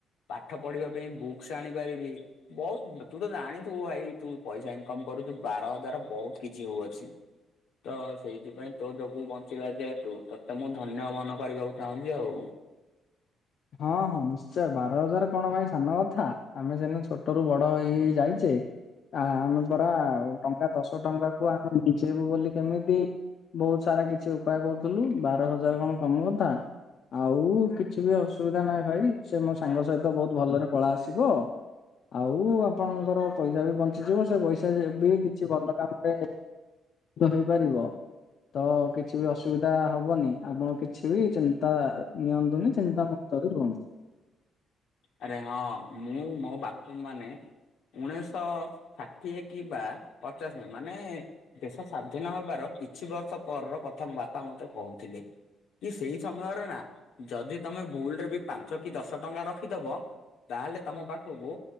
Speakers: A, on the left; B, on the left.
A: ପାଠ ପଢିବା ପାଇଁ ବୁକ୍ସ ଆଣିପାରିବି ବହୁତ ତୁ ତ ଜାଣିଥିବୁ ଭାଇ ତୁ ପଇସା ଇନକମ୍ କରୁଛୁ ବାର ହଜାର ବହୁତ କିଛି ହଉଅଛି ତ ସେଇଥିପାଇଁ ତୋ ଯକୁ ବଞ୍ଚିଲା ଯେହେତୁ ତତେ ମୁଁ ଧନ୍ୟ ମନ କରିବାକୁ ଚାହୁଁଛି ଆଉ
B: ହଁ ହଁ ନିଶ୍ଚୟ ବାର ହଜାର କଣ ଭାଇ ସାନ କଥା ଆମେ ଜେନେ ଛୋଟ ରୁ ବଡ ହେଇ ଯାଇଛେ ଆ ଆମେ ପରା ଆ ଟଙ୍କା ଦଶ ଟଙ୍କା କୁ ଆମେ ମିଞ୍ଚେଇବୁ ବୋଲି କେମିତି ବହୁତ ସାରା କିଛି ଉପାୟ କରୁଥିଲୁ ବାର ହଜାର କଣ କମ କଥା। ଆଉ କିଛି ବି ଅସୁବିଧା ନାହିଁ ଭାଇ ସେ ମୋ ସାଙ୍ଗ ସହିତ ବହୁତ ଭଲରେ ପଳା ଆସିବ ଆଉ ଆପଣଙ୍କର ପଇସା ବି ବଞ୍ଚିଯିବ ସେ ପଇସା ଥେ ହେବି କିଛି ଭଲ କାମରେ ହେଇପାରିବ ତ କିଛି ବି ଅସୁବିଧା ହବନି ଆପଣ କିଛି ବି ଚିନ୍ତା ନିଅନ୍ତୁନି ଚିନ୍ତାମୁକ୍ତ ବି ରୁହନ୍ତୁ
A: ଆରେ ହଁ ମୁଁ ମୋ ବାଥନ୍ ମାନେ ଉଣେଇଶଶହ ଷାଠିଏ କି ବା ପଚାଶ ଏମାନେ ଦେଶ ସ୍ଵାଧୀନ ହେବାର କିଛି ବର୍ଷ ପରର କଥା ବାପା ମତେ କହୁଥିଲେ। କି ସେଇ ସମୟରେ ନା ଯଦି ତମେ ଭୁଲ ରେ ବି ପାଞ୍ଚ କି ଦଶ ଟଙ୍କା ରଖ ରଖିଦବ ତାହେଲେ ତମ ପାଖକୁ